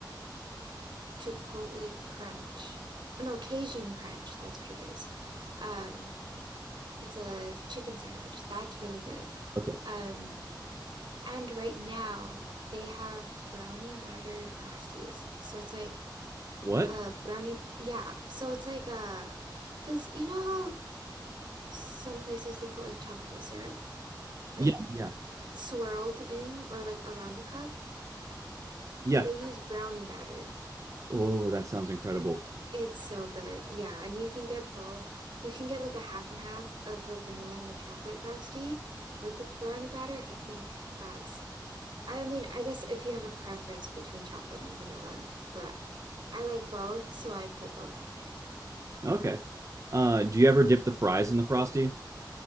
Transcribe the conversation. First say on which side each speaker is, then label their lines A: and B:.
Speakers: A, on the right (about 80°); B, on the right (about 40°).
A: Chipotle Crunch. No, Cajun Crunch. That's what it is. Um, it's a chicken sandwich. That's really good.
B: Okay.
A: Um, and right now they have brownie batter frosties. So it's like
B: What?
A: a brownie yeah. So it's like a, because you know how some places they'll put like chocolate syrup like
B: Yeah, yeah,
A: swirled in or like around the cup?
B: yeah.
A: They use brownie batter
B: Oh, that sounds incredible.
A: It's so good. Yeah, and you can get both. You can get like a half and half of the vanilla and the chocolate frosty with the brownie batter. I think that's, I mean, I guess if you have a preference between chocolate and vanilla, but I like both, so I'd put both in there.
B: Okay. Uh, do you ever dip the fries in the frosty?